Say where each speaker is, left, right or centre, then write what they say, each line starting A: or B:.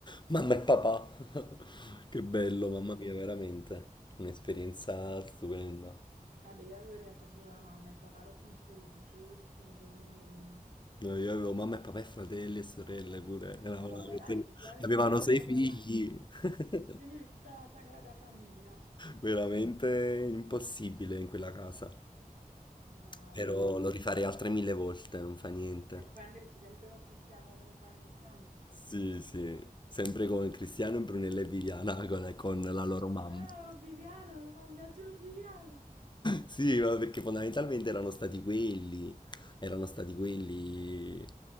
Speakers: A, on the left (about 30°); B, on the right (about 65°).
A: Mamma e papà. <laughs> Che bello, mamma mia, veramente. Un'esperienza stupenda.
B: Vabbè, io avevo in realtà solo la mamma, il papà l'ho conosciuto l'u- solo l'ultimo giorno quando venne.
A: No, io avevo mamma e papà e fratelli e sorelle pure, eravamo
B: Ma no,
A: veramente-
B: veramente, tu avevi
A: avevano
B: tutta la
A: sei
B: sagrada
A: figli,
B: famiglia.
A: <laughs>
B: Ti tenevi tutta la sagrada famiglia.
A: veramente impossibile in quella casa,
B: Ma...
A: però
B: mm,
A: lo rifarei altre mille volte, non fa niente.
B: E poi andresti sempre con Cristiano come compagno di stanza?
A: Sì, sì, sempre con Cristiano, Brunella e Viviana, <laughs> con, con la loro mamma.
B: No, no,
A: <laughs>
B: con Viviana, mi fa un viaggio con Viviana.
A: Sì, ma perché fondamentalmente erano stati quelli, erano stati quelli,